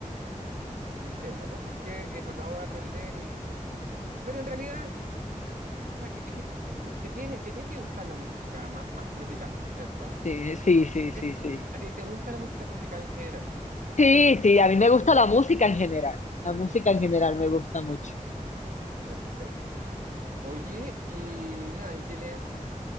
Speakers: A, on the right; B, on the left.
A: no sé, la cosa es que he tratado de aprender y... Pero en realidad, o sea, que, es que pu- te tiene, te tiene que gustar la música ma- más, tropical, ¿no es cierto?
B: Sí, sí, sí,
A: ¿A
B: sí,
A: ti,
B: sí.
A: a ti te gusta la música tropical en general?
B: Sí, sí, a mí me gusta la música en general. La música
A: Ya,
B: en general
A: perfecto.
B: me gusta mucho.
A: Perfecto. Oye, y nada, ¿y tienes,